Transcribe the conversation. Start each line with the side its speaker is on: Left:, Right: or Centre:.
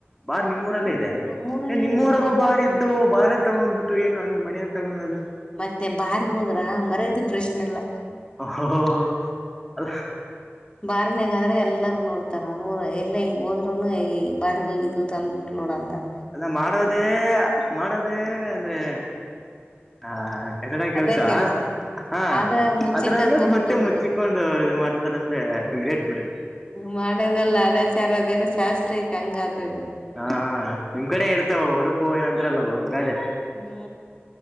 Centre: ಬಾರ್ ನಿಮ್ಮೂರಲ್ಲೇ
Left: ಹ್ಮ್
Centre: ಇದೆ
Left: ನಮ್ಮೂರಲ್ಲೇ
Centre: ನಿಮ್ಮೂರಲ್ಲೂ
Left: ಇದೆ
Centre: ಬಾರ್ ಇದ್ದು ಬಾರ ತಗೊಂಡ್ಬಿಟ್ಟು. ಟ್ಟು ಏನು ಹಂಗ ಮನೆಲ್ಲ ತಗೊನೋದು.
Left: ಮತ್ತೆ ಬಾರ್ ಹೋದ್ರ ಮರ್ಯಾದಿ ಪ್ರಶ್ನೆಲ್ಲ.
Centre: ಓ ಹೊ ಹೊ ಅದ್.
Left: ಬಾರ್ನ್ಯಾಗ ಆದ್ರ ಎಲ್ಲರೂ ನೋಡ್ತಾರ ಎಲ್ಲಾ ಈಗ ಹೋದ್ರುನು ಈ ಬಾರಿಗೆ ಹೋಗಿದ್ಲು ತಂದ್ಬಿಟ್ಟು ನೋಡು ಅಂತಾರ.
Centre: ಅಲ್ಲಾ ಮಾಡೋದೇ ಮಾಡೋದೇ ಅಂದ್ರೆ. ಆ ಹಾ ಹಾ ಕಚಡಾ ಕೆಲ್ಸಾ.
Left: ಅದೇ ಕೆಲ್ಸ
Centre: ಹಾ
Left: ಆದ್ರ ಮುಚ್ಚಿಕ್ಕದ್
Centre: ಅದ್ರಲ್ಲೂ
Left: ಮಾತ್ರ
Centre: ಮತ್ತೆ
Left: ದೊಡ್ಡದು
Centre: ಮುಚ್ಚಿಕೊಂಡು ಇದು ಮಾಡ್ತಾರಂದ್ರೆ ಗ್ರೇಟ್ ಬಿಡ್ರಿ.
Left: ಮಾಡೋದೆಲ್ಲ ಅದಚಾರ ಅದೇಏನು ಶಾಸ್ತ್ರ ಐತೆ ಹಂಗ ಆತಿದು.
Centre: ಹಾ ಹಾ ನಮ್ಮ ಕಡೆ ಇರ್ತಾವ ಒಡುಪು ಏನಅಂದ್ರಲ್ಲ ಅವು ಗಾದೆ.
Left: ಹು